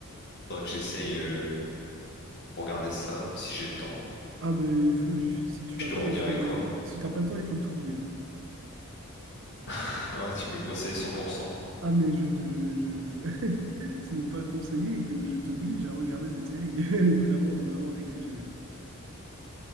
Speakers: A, on the left (about 50°); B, on the right (about 60°).
A: faudra que j'essaye euh, regarder ça, si j'ai le temps.
B: Ah, ben il faut- si tu
A: Je
B: l'as
A: te
B: pas,
A: redirai
B: il faut le.
A: quoi.
B: Si t'as pas le temps, il faut le trouver. hein.
A: <laughs> Ouais, tu me le conseilles 100%.
B: Ah, mais je, te- je, je... <laughs> c'est même pas conseillé que je t'oblige à regarder cette série. <laughs> Elle est vraiment, vraiment exceptionnelle.